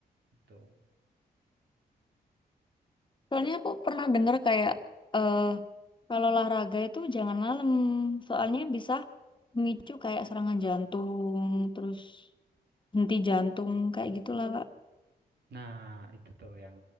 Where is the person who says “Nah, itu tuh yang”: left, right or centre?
Right